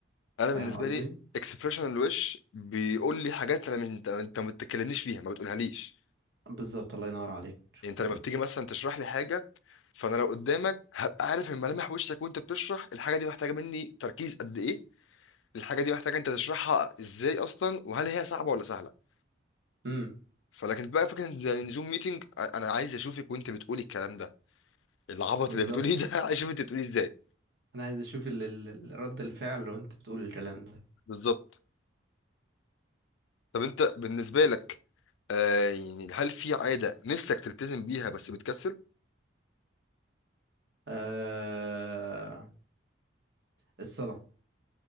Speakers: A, on the left (about 85°); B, on the right (about 60°).
A: انا بالنسبه
B: فاهم قصدي
A: لي اكسبريشن الوش بيقول لي حاجات انا من انت انت ما بتتكلمنيش فيها ما بتقولها ليش
B: بالظبط الله ينور عليك
A: يعني انت
B: بالظبط
A: لما بتيجي مثلا تشرح لي حاجه فانا لو قدامك هبقى عارف من ملامح وشك وانت بتشرح الحاجه دي محتاجه مني تركيز قد ايه الحاجه دي محتاجه انت تشرحها ازاي اصلا وهل هي صعبه ولا سهله
B: امم
A: فلكن بقى فكره ان زوم ميتنج انا عايز اشوفك وانت بتقولي الكلام ده العبط
B: بالظبط
A: اللي بتقوليه ده <laughs> عايز اشوف انت بتقوليه ازاي
B: انا عايز اشوف ال- ال- ال- رد الفعل لو انت بتقول الكلام ده
A: بالظبط طب انت بالنسبه لك آه يعني هل في عاده نفسك تلتزم بيها بس بتكسل
B: آه... الصلاة